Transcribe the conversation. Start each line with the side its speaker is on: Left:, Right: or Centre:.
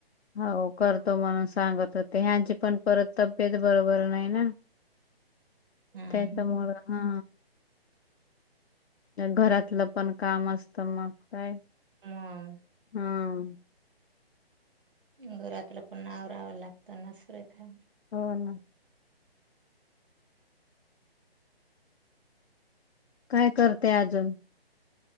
Left: हो करतो म्हणून सांगत होते ह्यांची पण परत तब्येत बरोबर नाही ना
Right: हम्म
Left: त्याच्यामुळ हा घरातलं पण काम असत मग काय
Right: मग
Left: हम
Right: घरातलं पण आवराव लागतं ना सुरेखा.
Left: हो ना. काय करते अजून.